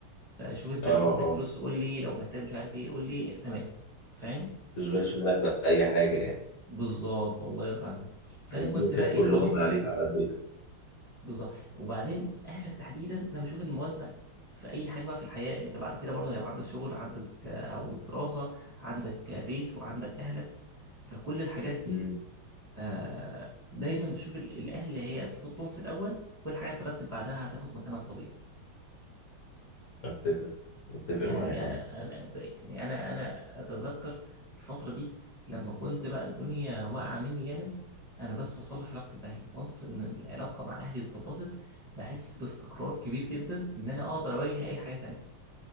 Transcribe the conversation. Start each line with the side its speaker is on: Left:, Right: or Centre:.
Centre: فشوف انت
Left: اه
Centre: لو محتاج
Left: اه
Centre: فلوس
Left: ما
Centre: قول لي لو محتاج مش عارف ايه قول لي تمام فاهم
Left: تشغلش بالك باي حاجه يعني
Centre: بالظبط الله يرضى عنك فانا
Left: عايزين
Centre: كنت
Left: يخفوا
Centre: بقى ايه خلاص
Left: اللود من عليك
Centre: آه،
Left: على قد ايه
Centre: بالظبط وبعدين اهلك تحديدا انا بشوف ان الموازنه في اي حاجه بقى في الحياه انت بعد كده برضه هيبقى عندك شغل عندك آه، او دراسه عندك آه، بيت وعندك اهلك فكل الحاجات دي
Left: امم
Centre: آه، دايما بشوف ال- الاهل هي تحطهم في الاول كل حاجه ترتب بعدها هتاخد مكانها الطبيعي
Left: اتفق اتفق
Centre: يعني
Left: معاك عم
Centre: آه، انا ب- يعني انا انا اتذكر الفتره دي لما كنت بقى الدنيا واقعه مني جامد انا بس بصلح علاقتي باهلي وانس ان العلاقه مع اهلي اتظبطت بحس باستقرار كبير جدا ان انا اقدر اواجه اي حاجه تانية